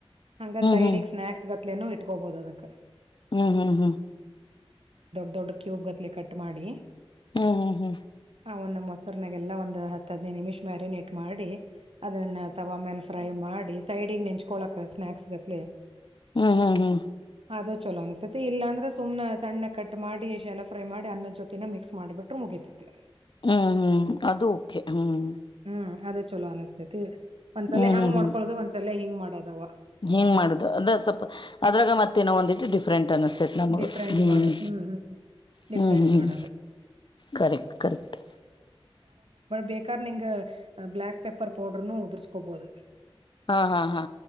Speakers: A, on the right; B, on the left.
A: ಹಂಗ ಸೈಡಿಗ್
B: ಹ್ಮ್ ಹ್ಮ್ ಹ್ಮ್
A: ಸ್ನ್ಯಾಕ್ಸ್ <unintelligible> ಇಟ್ಕೋಬಹುದು ಅದಕ್ಕ
B: ಹ್ಮ್ ಹ್ಮ್ ಹ್ಮ್
A: ದೊಡ್ಡ್ ಕ್ಯೂಬ್ ಗತ್ಲೆ ಕಟ್ ಮಾಡಿ
B: ಹ್ಮ್ ಹ್ಮ್ ಹ್ಮ್
A: ಆ ಒಂದ್ ಮೊಸುರ್ನಾಗೆಲ್ಲ ಒಂದ್ ಹತ್ತ್ ಹದಿನೈದ್ ನಿಮಿಷ ಮ್ಯಾರಿನೇಟ್ ಮಾಡಿ ಅದನ್ನ ತವಾ ಮೇಲೆ ಫ್ರೈ ಮಾಡ್ ಸೈಡಿಗ್ ನೆಂಚ್ಕೊಳಕ್ಕ್ ಸ್ನಾಕ್ಸ್ ಗತ್ಲೆ
B: ಹ್ಮ್ ಹ್ಮ್ ಹ್ಮ್
A: ಅದು ಚಲೋ ಅನ್ಸ್ತೈತಿ ಇಲ್ಲಾಂದ್ರೆ ಸುಮ್ನ ಸಣ್ಣ ಕಟ್ ಮಾಡಿ ಶಾಲೋ ಫ್ರೈ ಮಾಡಿ ಅನ್ನದ್ ಜೊತೆನು ಮಿಕ್ಸ್ ಮಾಡಿಬಿಟ್ಟ್ ಟ್ರು ಮುಗ್ಯಿತೈತಿ
B: ಹ್ಮ್ ಹ್ಮ್ ಅದು ಓಕೆ ಹ್ಮ್
A: ಹ್ಮ್ ಅದ ಚಲೋ ಅನಸ್ತೈತಿ ಒಂದ್ಸಲ
B: ಹ್ಮ್
A: ಹಂಗ್
B: ಹ್ಮ್
A: ಮಾಡ್ಕೊಳೋದು
B: ಹ್ಮ್
A: ಒಂದ್ಸಲ ಹಿಂಗ್ ಮಾಡೋದವ
B: ಹಿಂಗ್ ಮಾಡುದು ಅದ ಸ್ವಲ್ಪ
A: ಹ್ಮ್
B: ಅದ್ರಾಗ ಮತ್ತೇನೋ ಒಂದಿಷ್ಟು ಡಿಫ್ರೆಂಟ್ ಅನಸ್ತೇತ್ ನಮಗ
A: ಡಿಫ್ರೆಂಟ್
B: ಹ್ಮ್
A: ಮಾಡು ಹ್ಮ್ ಡಿಫ್ರೆಂಟ್
B: ಹ್ಮ್ ಹ್ಮ್
A: ಮಾಡೋದು
B: ಕರೆಕ್ಟ್ ಕರೆಕ್ಟ್.
A: ಬೇಕ ನಿಂಗ ಬ್ಲಾಕ್ ಪೆಪ್ಪರ್ ಪೌಡರ್ನು ಉದೃಸ್ಕೋಬಹುದು
B: ಹಾ ಹಾ ಹಾ